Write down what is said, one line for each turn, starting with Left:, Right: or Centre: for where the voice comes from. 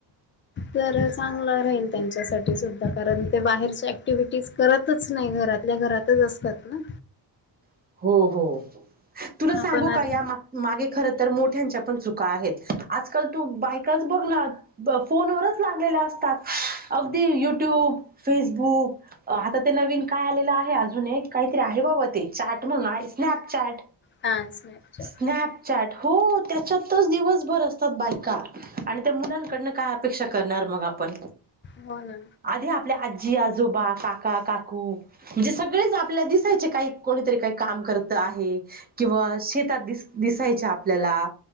Left: तर चांगलं राहील त्यांच्यासाठी सुद्धा कारण ते बाहेरच्या ऍक्टिव्हटीज करत च नाही घरातल्या घरातच असतात ना
Right: ह हो हो तुला सांगू
Left: आपण आ
Right: का या मागे खर तर मोठ्यांच्या पण चुका आहेत आजकाल तू बायकाच बघणार फोनवरच लागलेल्या असतात अगदी यूट्यूब, फेसबुक आता ते नवीन काय आलेलं आहे अजून एक काहीतरी आहे बाबा ते? चॅट म्हणा, स्नॅपचॅट,
Left: हा स्नॅपचॅट
Right: स्नॅप चॅट हो त्याच्यातच दिवसभर असतात बायका. आणि त्या मुलांकडन काय अपेक्षा करणार मग आप पण
Left: हो ना
Right: आधी आपल्या आजी, आजोबा, काका काक कू म्हणजे सगळेच आपल्या दिसायचे काही कोणीतरी काही काम करत आहे किंवा शेतात दिस दिसायचे आपल्याला.